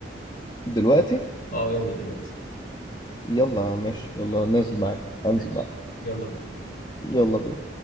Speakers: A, on the left; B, on the left.
A: دلوقتي
B: أه يلا دلوقتي
A: يلا ماشي يلا نازل معاك أنزل
B: ماشي
A: معاك
B: يلا بينا
A: يلا بينا